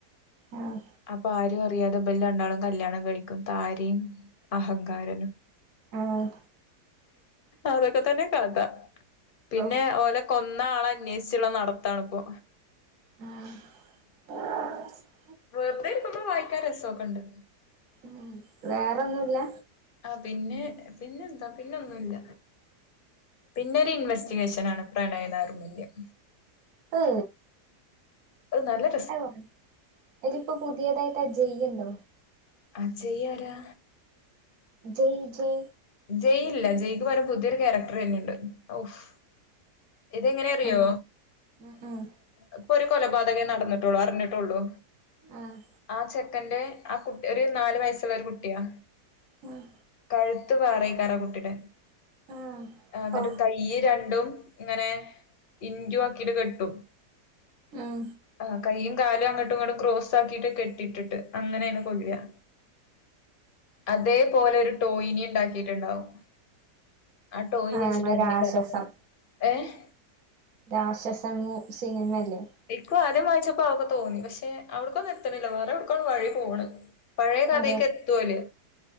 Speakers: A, on the right; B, on the left.
A: ആഹ്.
B: അപ്പൊ ആരും അറിയാതെ ഇബല് രണ്ടാളും കല്ല്യാണം കഴിക്കും താരിം അഹങ്കാരനും
A: ആഹ്.
B: അതൊക്കെത്തന്നെ കഥ പിന്നെ
A: ഔ
B: ഓല് കൊന്ന ആള അന്വേഷിച്ചുള്ള നടത്താണിപ്പോ
A: ആഹ് <inaudible>
B: വെറുതെയിരിക്കുമ്പോ വായിക്കാന് രസൊക്കെയിണ്ട്
A: ഉ വേറെയൊന്നുല്ല
B: ആ പിന്നെ പിന്നെന്താ പിന്നൊന്നുല്ല പിന്നെ ഒരു ഇൻവെസ്റ്റിഗേഷൻ ആണ് പ്രണയധാർമല്യം
A: പ്പ്
B: അ നല്ലേ
A: അതോ ഇതിലിപ്പോ പുതിയതായിട്ട്ട് ജയ് ഉണ്ടോ
B: അ ജയ് ആരാ
A: ജയ് ജയ്
B: ജയ് ഇല്ല ജയ്ക്ക് പകരം പുതിയൊരു ക്യാരക്ടർ വെരുന്നുണ്ട് ഓഫ് ഇതെങ്ങനെറിയോ
A: എ ഉം ഉം
B: ഇപ്പൊരു ക കൊലപാതകേ നടന്നിട്ടുള്ളൂ അറിഞ്ഞിട്ടുള്ളൂ
A: ആഹ്
B: ആ ചെക്കന്റെ ആ കുട്ടി ഒരു നാല് വയസ്സുള്ളൊരു കുട്ടിയാ
A: ഉം
B: കഴു <unintelligible> വേറയ്ക്കാറാ കുട്ടിടെ
A: ആ
B: എന്നിട്ട്
A: ഓ
B: കയ്യ് രണ്ടും ഇങ്ങനെ ഇന്റു ആക്കിട്ട് കെട്ടും
A: ഉം
B: ആ കൈയും കാലും അങ്ങോട്ടും ഇങ്ങട്ടും ക്രോസ് ആക്കിട്ട് കെട്ടിട്ടിട്ട് അങ്ങനെയാണ് കൊല്ലുവാ അതേപോലെ ഒരു ടോയ്നിം ഉണ്ടാക്കിയിട്ടുണ്ടാവും. ആ ടോയ് വെച്ചിട്ടാണ്
A: നമ്മളെ രാക്ഷസം
B: <unintelligible> ഏഹ്.
A: രാക്ഷസമൂ സിനിമല്ലേ
B: നിക്കും ആദ്യം വായിച്ചപ്പോ അതൊക്കെ തോന്നി പക്ഷെ അവിടക്കൊന്നും എത്തണില്ല വേറെ എവിടോക്കാണ് വഴി പോണ് ' പഴയ കഥക്ക്
A: അതെ
B: എത്തുവോല്